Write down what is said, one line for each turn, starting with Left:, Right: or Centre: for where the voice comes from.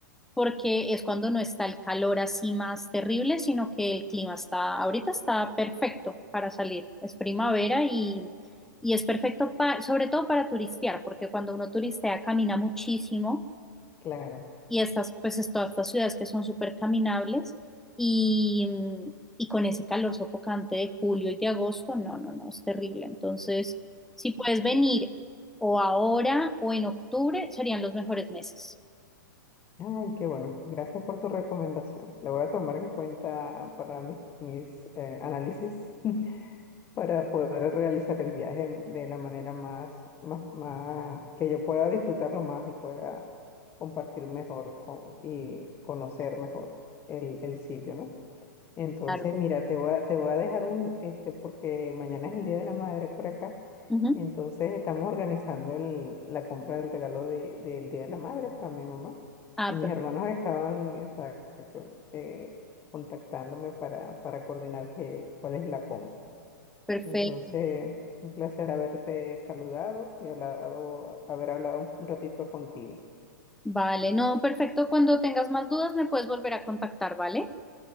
Centre: porque es cuando no está el calor así más terrible, sino que el clima está, ahorita está perfecto para salir. Es primavera y, y es perfecto pa- sobre todo para turistear, porque cuando uno turistea camina muchísimo
Left: claro.
Centre: y estas, pues es todas estas ciudades que son súper caminables y, y con ese calor sofocante de julio y de agosto, no, no, no, es terrible. Entonces, si puedes venir o ahora o en octubre, serían los mejores meses.
Left: Ay, qué bueno. Gracias por tu recomendación. La voy a tomar en cuenta para mis, mis eh, análisis <laughs> para poder realizar el viaje de la manera más, más, más, que yo pueda disfrutarlo más y pueda compartir mejor con, y conocer mejor el, el sitio, ¿no? Entonces,
Centre: Claro, pues.
Left: mira, te voy a, te voy a dejar un, este, porque mañana es el Día de la Madre por acá.
Centre: Ujú.
Left: Entonces, estamos organizando el- la compra del regalo de, del Día de la Madre para mi mamá.
Centre: Ah,
Left: Y mis
Centre: per-
Left: hermanos estaban, exacto, eh, contactándome para, para coordinar que, cuál es la compra.
Centre: perfecto.
Left: Entonces, un placer haberte saludado y hablado, haber hablado un ratito contigo.
Centre: Vale, no, perfecto. Cuando tengas más dudas, me puedes volver a contactar, ¿vale?